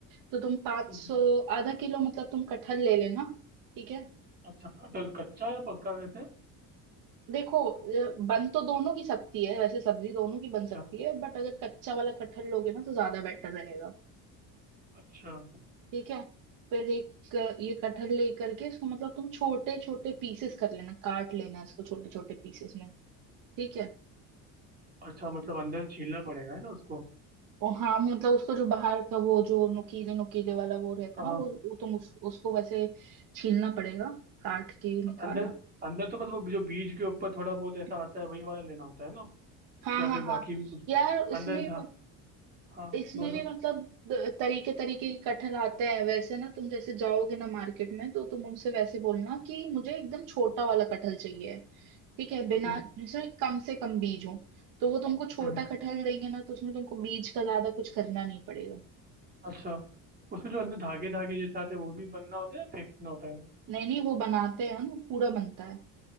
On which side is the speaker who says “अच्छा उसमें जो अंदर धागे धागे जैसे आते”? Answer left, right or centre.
Right